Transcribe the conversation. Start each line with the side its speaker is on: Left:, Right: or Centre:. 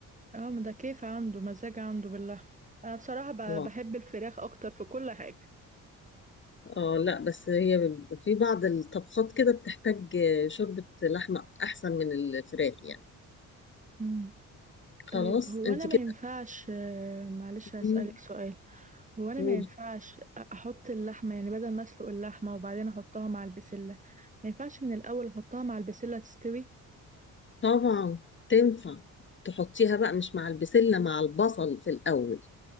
Right: اه ما ده كيف عنده مزاج عنده باللحمة انا بصراحة ب-
Left: الله
Right: بحب الفراخ اكتر في كل حاجة
Left: اه لا بس هي بيبقى في بعض الطبخات كده بتحتاج شوربة لحمة أحسن من الفراخ يعني
Right: مم.
Left: خلاص
Right: طيب هو
Left: انت
Right: انا ما
Left: كده
Right: ينفعش آه، معلش هسألك
Left: مم،
Right: سؤال هو انا
Left: قولي
Right: ما ينفعش احط اللحمة يعني بدل ما اسلق اللحمة وبعدين احطها مع البسلة ما ينفعش من الاول احطها مع البسلة تستوي
Left: طبعا تنفع تحطيها بقى مش مع البسلة مع البصل في الأول